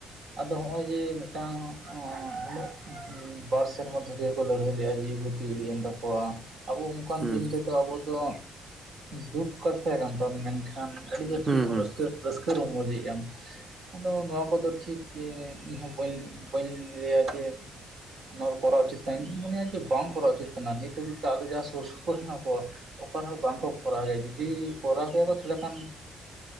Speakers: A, on the right (about 65°); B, on the right (about 30°).
A: ᱟᱫᱚ ᱦᱚᱜᱼᱚᱭ ᱡᱮ ᱢᱤᱫᱴᱟᱝ ᱩᱱᱟᱹᱜᱼᱼ ᱵᱟᱨ ᱥᱮᱨᱢᱟ ᱫᱷᱚᱨᱮ ᱠᱚ ᱞᱟᱹᱲᱦᱟᱹᱭ ᱞᱮᱼᱟ ᱡᱤᱣᱤ ᱵᱟᱛᱤ ᱤᱲᱤᱡᱼᱮᱱ ᱛᱟᱠᱚᱣᱟ᱾ ᱟᱵᱚ ᱚᱱᱠᱟᱱ
B: ᱦᱩᱸ
A: ᱫᱤᱱ ᱨᱮᱫᱚ ᱟᱵᱚ ᱫᱚ ᱫᱩᱠ ᱠᱟᱛᱷᱟ ᱠᱟᱱ ᱛᱟᱵᱚᱱᱟ ᱢᱮᱱᱠᱷᱟᱱᱼᱼ ᱟᱹᱰᱤ ᱡᱟᱹᱥᱛᱤ
B: ᱦᱩᱸ
A: ᱵᱚᱱ
B: ᱦᱩᱸ
A: ᱨᱟᱹᱥᱠᱟᱹ, ᱨᱟᱹᱥᱠᱟᱹ ᱨᱚᱢᱚᱡᱽᱮᱫᱼᱟ ᱟᱫᱚ ᱱᱚᱣᱟ ᱠᱚᱫᱚ ᱴᱷᱤᱠ ᱜᱮ ᱤᱧᱦᱚᱸ ᱵᱟᱹᱧ ᱞᱟᱹᱭᱟ ᱡᱮᱼᱼ ᱚᱱᱟ ᱠᱚᱨᱟᱣ ᱩᱪᱤᱛ ᱠᱟᱱᱟ ᱤᱧ ᱫᱩᱧ ᱢᱚᱱᱮᱭᱟ ᱡᱮ ᱵᱟᱝ ᱠᱚᱨᱟᱣ ᱩᱪᱤᱛ ᱠᱟᱱᱟ ᱱᱤᱛ ᱫᱷᱟᱹᱵᱤᱡ ᱛᱮ ᱟᱞᱮ ᱡᱟᱦᱟᱸ ᱥᱩᱨ-ᱥᱩᱯᱩᱨ ᱦᱮᱱᱟᱜ ᱠᱚᱣᱟᱼᱼ ᱚᱠᱟᱨᱮᱦᱚᱸ ᱵᱟᱝᱠᱚ ᱠᱚᱨᱟᱣᱮᱫᱼᱟ ᱡᱩᱫᱤ ᱠᱚᱨᱟᱣ ᱜᱮᱭᱟ ᱠᱚ ᱛᱟᱦᱚᱞᱮ ᱠᱷᱟᱱᱼᱼ